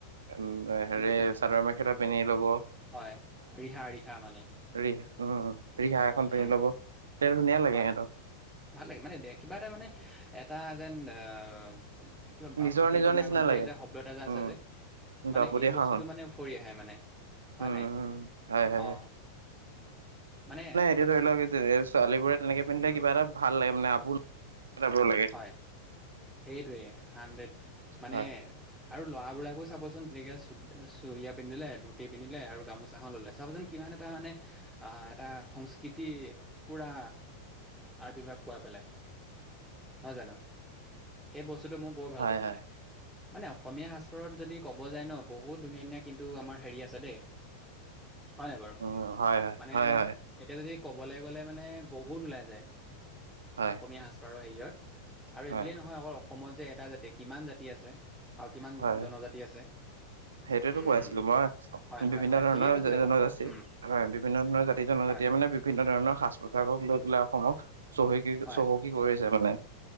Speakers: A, on the right (about 70°); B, in the centre.
A: উম হেৰি
B: ঠিকেই কৈছে।
A: চাদৰ মেখেলা পিন্ধি ল'ব।
B: হয় ৰিহা, ৰিহা মানে।
A: ৰি, উম ৰিহা এখন
B: উম,
A: পিন্ধি ল'ব, তেনেকে ধুনীয়া লাগে
B: হয়,
A: সিহঁতক।
B: ভাল লাগে মানে দে কিবা এটা মানে এটা যেন অ' কিবা বাপুতি
A: নিজৰ নিজৰ
B: পোনাকণ
A: নিচিনা
B: বুলি
A: লাগে
B: যে শব্দ এটা
A: উম
B: আছে যে মানে
A: বাপতি
B: সেই বস্তুটো
A: সাহোন
B: মানে উফৰি আহে মানে। হয়
A: উম
B: নাই?
A: উম হয় হয়
B: অ'
A: হয়
B: মানে
A: এ ধৰি লওঁক এ যে এ ছোৱালীবোৰে তেনেকে পিন্ধিলে
B: উম,
A: কিবা এটা ভাল লাগে মানে আবোল <unintelligible> লাগে।
B: সেইটোৱেই, হানড্ৰেড মানে
A: হয়,
B: আৰু ল'ৰাবিলাককো চাবচোন, তেনেকে চু চুৰিয়া পিন্ধিলে, ধুতি পিন্ধিলে আৰু গামোচাখন ল'লে চাবচোন কিমান এটা মানে, আঁ এটা, সংস্কৃতি পূৰা আৰ্ৱিভাব কোৱা পেলাই নহয় জানো? সেই বস্তুটো মই বৰ ভালপাওঁ
A: হয়, হয়,
B: মানে। মানে, অসমীয়া সাজ-পাৰত যদি ক'ব যায় ন'! বহুত ধুনীয়া-ধুনীয়া কিন্তু, আমাৰ সেৰি আছে দেই! হয় নাই বাৰু
A: উম, হয়, হয়,
B: মানে
A: হয়, হয়,
B: এতিয়া যদি ক'বলে গ'লে মানে বহুত ওলাই যায়। অসমীয়া
A: হয়,
B: সাজপাৰৰ হেৰিয়ত। আৰু এই
A: হয়,
B: বুলিয়েই নহয় অকল অসমত যে এটাই জাতি, কিমান জাতি আছে আৰু কিমান
A: হয়,
B: জনজাতি আছে।
A: সেইটোৱেতো
B: উম
A: কৈ আছিলো মই
B: হয় হয়
A: বিভিন্ন
B: হয়
A: ধৰণৰ
B: ঠিকেই কৈছিলে
A: জনজাতি
B: বাৰু উম,
A: বিভিন্ন ধৰণৰ জা যেতিয়া
B: হয়
A: মানে বিপ বিভিন্ন ধৰণৰ সাজ, পোছাৰক লৈ পেলাই, অসমক চহক
B: হয়
A: চহকী কৰিছে মানে।